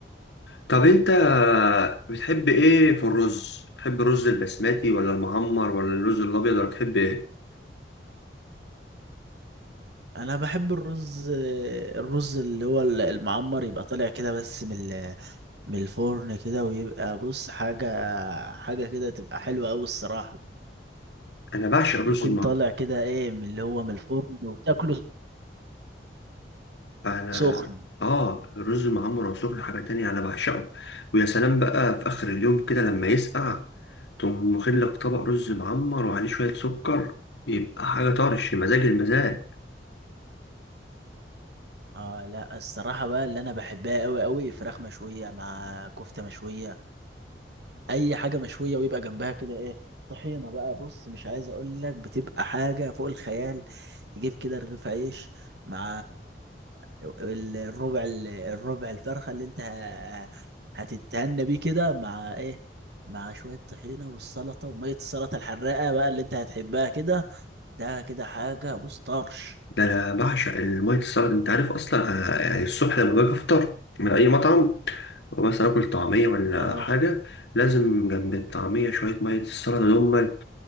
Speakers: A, on the left; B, on the right.
A: طب انت بتحب ايه في الرز بتحب الرز البسمتي ولا المعمر ولا الرز الابيض ولا بتحب ايه
B: انا بحب الرز الرز اللي هو المعمر يبقى طالع كده بس من ال- من الفرن كده ويبقى بص حاجة حاجة كده تبقى حلوة أوي الصراحة
A: انا بعشق الرز
B: يكون
A: المعمر
B: طالع كده ايه من اللي هو من الفرن وتاكله
A: انا
B: سخن
A: اه الرز المعمر وسخن حاجه تانية انا بعشقه ويا سلام بقى في اخر اليوم كده لما يسقع تقوم واخد لك طبق رز معمر وعليه شويه سكر يبقى حاجه طرش مزاج المزاج
B: اه لا الصراحة بقى اللي انا بحبها قوي قوي فراخ مشوية مع كفتة مشوية اي حاجه مشويه ويبقى جنبها كده ايه طحينه بقى بص مش عايز اقول لك بتبقى حاجه فوق الخيال تجيب كده رغيف عيش مع ال- الربع ال- الربع الفرخه اللي انت ه- هتتهنى بيه كده مع ايه مع شويه طحينه والسلطه وميه السلطه الحراقه بقى اللي انت هتحبها كده ده كده حاجه بص طرش
A: ده انا بعشق الميه السلطه انت عارف اصلا آه، يعني الصبح لما باجي افطر من اي مطعم مثلا اكل طعميه ولا
B: اه
A: حاجه لازم جنب الطعميه شويه ميه السلطه دول